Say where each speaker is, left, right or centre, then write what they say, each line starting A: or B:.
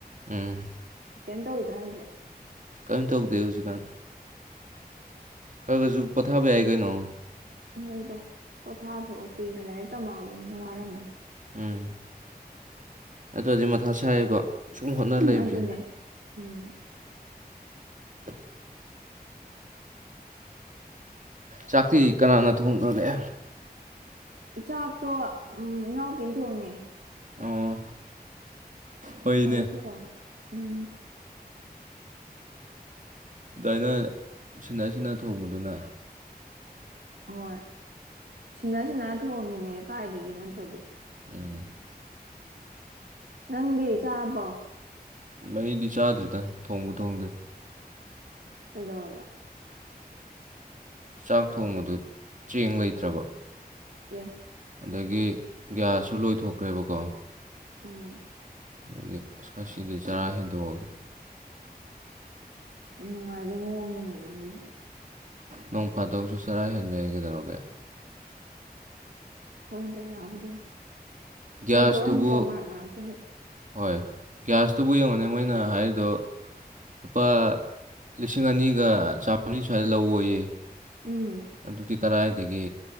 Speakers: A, on the right; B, on the right.
A: ꯎꯪ
B: ꯀꯦꯝ ꯇꯧꯗ꯭ꯔꯥ ꯍꯥꯏꯁꯦ
A: ꯀꯦꯝ ꯇꯧꯗꯦ ꯍꯧꯖꯤꯛꯀꯥꯟ ꯈ꯭ꯔ ꯒ꯭ꯔꯁꯨ ꯄꯣꯊꯥꯕ ꯌꯥꯏ ꯀꯩꯅꯣ
B: ꯍꯣꯏꯗ ꯄꯣꯊꯥꯊꯣꯛꯑꯣ ꯀꯨꯏꯅ ꯂꯥꯏꯔꯤꯛ ꯇꯝꯃꯛꯑꯕꯅꯤꯅ ꯋꯥꯔꯝꯃꯅꯤ
A: ꯎꯝ ꯑꯗꯨꯗꯤ ꯃꯊꯥ ꯁꯥꯏꯌꯦꯕ ꯁꯨꯝ ꯍꯣꯠꯅ ꯂꯩꯕꯁꯦ
B: ꯑꯗꯨꯅꯦ ꯎꯝ
A: <inaudible> ꯆꯥꯛꯇꯤ ꯀꯅꯥꯅ ꯊꯣꯡꯈ꯭ꯔꯒꯦ
B: ꯆꯥꯛꯇꯣ ꯎꯝ ꯏꯅꯥꯎꯄꯤꯅ ꯊꯣꯡꯉꯦ
A: ꯑꯣ ꯐꯩꯅꯦ
B: ꯑꯩ ꯊꯨꯨꯣꯡꯗ꯭ꯔꯦ ꯎꯝ
A: ꯗꯩ ꯗꯩ ꯁꯤꯟꯅ ꯁꯤꯟꯅ ꯊꯣꯡꯕꯗꯨꯅ
B: ꯍꯣꯏ ꯁꯤꯅ ꯁꯤꯅꯔ ꯊꯣꯡꯉꯤꯅꯦ ꯀꯥꯏꯗꯒꯤ ꯅꯠꯇ꯭ꯔꯗꯤ
A: ꯎꯝ
B: ꯅꯪꯗꯤ ꯆꯥꯔꯥꯕꯣ
A: ꯃꯩꯗꯤ ꯆꯥꯗ꯭ꯔꯤꯗ ꯊꯣꯡꯕꯨ ꯊꯣꯡꯗ꯭ꯔꯤ
B: ꯀꯩꯗꯧꯔꯕ
A: ꯆꯥꯛ ꯊꯣꯡꯕꯗꯨ ꯆꯦꯡ ꯂꯩꯇ꯭ꯔꯕ
B: ꯑꯦ
A: ꯑꯗꯒꯤ ꯒ꯭ꯌꯥꯁꯁꯨ ꯂꯣꯏꯊꯣꯛꯈ꯭ꯔꯦꯕꯀꯣ
B: ꯎꯝ
A: ꯑꯗꯒꯤ ꯑ ꯉꯥꯁꯤꯗꯤ ꯆꯔꯥ ꯍꯦꯟꯗꯣꯛꯑꯒꯦ
B: ꯌꯥꯝ ꯅꯨꯡꯉꯥꯏꯕꯩ ꯃꯑꯣꯡꯅꯤꯅꯦ ꯅꯪꯒꯤꯁꯤꯗꯤ
A: ꯅꯣꯡ ꯐꯥꯗꯣꯛꯁꯨ ꯆꯔꯥ ꯍꯦꯟꯕ ꯌꯥꯏ ꯀꯩꯗꯧꯔꯒꯦ
B: ꯍꯣꯏꯗ ꯌꯥꯕꯨꯗꯤ ꯌꯥꯏ
A: ꯒ꯭ꯌꯥꯁꯇꯨꯕꯨ
B: ꯍꯦꯟꯇꯣꯛꯑꯣ ꯍꯦꯟꯇꯣꯛꯑꯣ ꯃꯔꯛ ꯃꯔꯛꯇ ꯍꯦꯛ
A: ꯍꯣꯏ ꯒ꯭ꯌꯥꯁꯇꯕꯨ ꯌꯦꯡꯉꯨꯅꯦ ꯃꯣꯏꯅ ꯍꯥꯏꯔꯤꯗꯣ ꯂꯨꯄꯥ ꯂꯤꯁꯤꯡ ꯑꯅꯤꯒ ꯆꯥꯝꯃ꯭ꯔꯤ ꯁ꯭ꯋꯥꯏꯗ ꯂꯧꯋꯣꯌꯦ
B: ꯎꯝ
A: ꯑꯗꯨꯗꯤ ꯀꯔꯥꯏꯗꯒꯤ